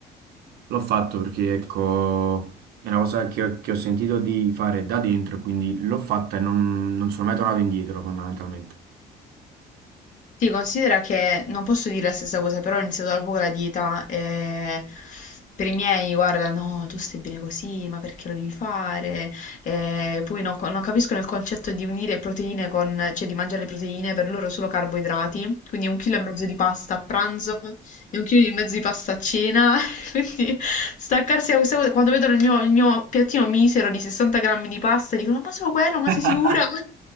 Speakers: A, on the right; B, on the left.
A: l'ho fatto perché, ecco, è una cosa che, ho che ho sentito di fare da dentro, quindi l'ho fatta e non, non sono mai tornato indietro, fondamentalmente.
B: Sì, considera che non posso dire la stessa cosa, però ho iniziato da poco la dieta e per i miei, guarda, no, tu stai bene così, ma perché lo devi fare? E poi non, co- non capiscono il concetto di unire proteine con, cioè di mangiare le proteine, per loro solo carboidrati, quindi un chilo e mezzo di pasta a pranzo e un chilo e mezzo di pasta a cena, <laughs> quindi staccarsi da questa cosa, quando vedono il mio, il mio piattino misero di 60 grammi di pasta, dicono, ma solo quello, ma
A: <laughs>
B: sei sicura? <laughs>